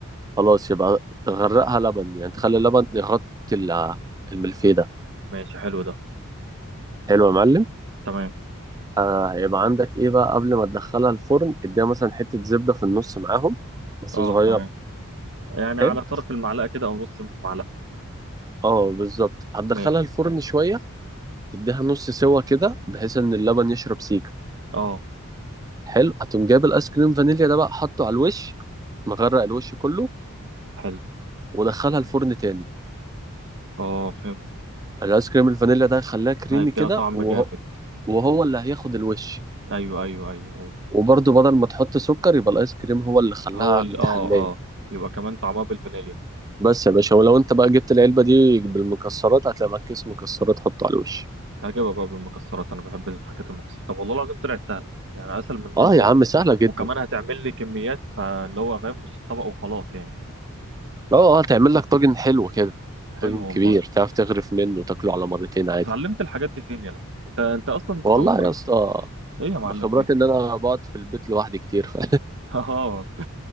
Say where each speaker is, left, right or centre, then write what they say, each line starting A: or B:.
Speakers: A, on the right (about 15°); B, on the right (about 60°).
A: خلاص يبقى تغرقها لبن يعني تخلي اللبن يغطي ال- الملفيه ده
B: ماشي حلو ده
A: حلو يا معلم
B: تمام
A: آه هيبقى عندك ايه بقى قبل ما تدخلها الفرن اديها مثلا حتة زبدة في النص معاهم بس
B: اه
A: صغيرة
B: تمام يعني
A: حلو
B: على طرف المعلقة كده أو نص المعلقة
A: اه بالظبط هتدخلها
B: ماشي
A: الفرن شوية تديها نص سوا كده بحيث ان اللبن يشرب سيكة
B: اه
A: حلو هتقوم جايب الايس كريم فانيليا ده بقى حاطه على الوش مغرق الوش كله
B: حلو
A: ودخلها الفرن تاني
B: اه فهمت
A: الايس كريم الفانيليا ده خلاه كريمي
B: هيديها
A: كده
B: طعم
A: وهو
B: جامد
A: وهو اللي هياخد الوش
B: أيوه أيوه أيوه أيوه
A: وبرضه بدل ما تحط سكر يبقى الايس كريم هو اللي خلاها
B: هو ال
A: متحلاية
B: اه اه يبقى كمان طعمها بالفانيليا
A: بس يا باشا ولو انت بقى جبت العلبة دي بالمكسرات هتلاقي معاك كيس مكسرات حطه على الوش
B: هجيبها بقى بالمكسرات أنا بحب الحاجات المكسرة طب والله العظيم طلعت سهلة يعني أسهل من إن
A: اه
B: أنا أطلبها
A: يا عم سهلة جدا
B: وكمان هتعمل لي كميات فاللي هو فاهم مش طبق وخلاص يعني
A: اه اه تعمل لك طاجن حلو كده
B: حلو
A: طاجن كبير
B: والله
A: تعرف تغرف منه وتاكله على مرتين عادي
B: اتعلمت الحاجات دي فين يلا انت انت اصلا
A: والله
B: طب
A: يا اسطى
B: ايه يا معلم
A: بخبرات
B: فيه
A: ان انا بقعد في البيت لوحدي كتير ف...
B: <laughs> اه